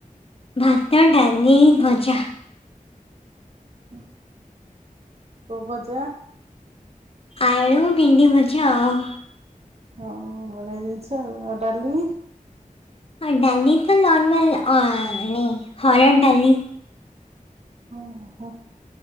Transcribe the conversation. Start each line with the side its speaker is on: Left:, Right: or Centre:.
Left: ଭାତ ଡାଲିି ଭଜା।
Right: ଉଁ ହୁଁ କୋଉ ଭଜା?
Left: ଆଳୁ ଭେଣ୍ଡି ଭଜା ଆଉ।
Right: ହଁ ହଁ ବଢିଆ ଜିନିଷ ଆଉ ଆଉ ଡାଲି।
Left: ହଁ ଡାଲି ତ ନର୍ମଲ ମାନେ ହରଡ ଡାଲି।
Right: ଓହୋ